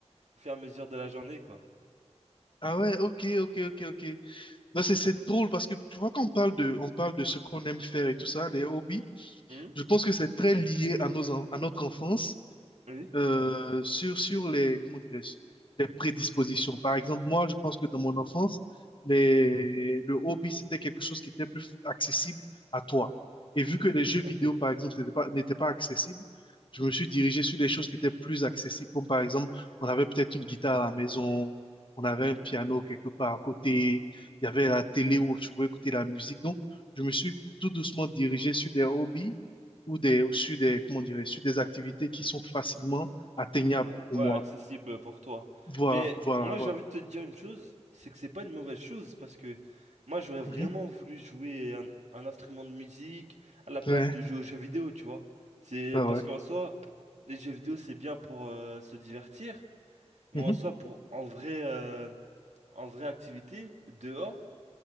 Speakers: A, on the right (about 80°); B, on the left (about 45°).
A: au fur et à mesure de la journée, quoi.
B: Ah ouais, ok, ok, ok, ok. Non, c'est c'est drôle parce que tu vois quand on parle de, on parle de ce qu'on aime faire et tout ça, les hobbies,
A: Hmm
B: je pense que c'est très lié à nos, en- à notre enfance
A: Oui?
B: euh, sur, sur les, comment dirais-je, les prédispositions. Par exemple, moi, je pense que dans mon enfance, les, le hobby, c'était quelque chose qui était plus accessible à toi. Et vu que les jeux vidéo,
A: Ok.
B: par exemple, n'étaient pas, n'étaient pas accessibles, je me suis dirigé sur des choses qui étaient plus accessibles. Comme par exemple, on avait peut-être une guitare à la maison, on avait un piano quelque part à côté, il y avait la télé où tu pouvais écouter la musique. Donc, je me suis tout doucement dirigé sur des hobbies ou des, sur des, comment dirais, sur des activités qui sont facilement atteignables
A: Ah,
B: pour
A: ouais,
B: moi.
A: accessible pour toi.
B: Voilà,
A: Mais
B: voilà,
A: moi,
B: voilà.
A: j'ai envie de te dire une chose, c'est que c'est pas une mauvaise chose, parce que moi, j'aurais vraiment
B: Mhm.
A: voulu jouer un, un instrument de musique à la place
B: Ouais,
A: de jouer aux jeux vidéo, tu vois. C'est
B: ouais, ouais.
A: parce qu'en soi, les jeux vidéo, c'est bien pour euh, se divertir, mais
B: Mhm.
A: en soi, pour en vrai, euh, en vraie activité, dehors,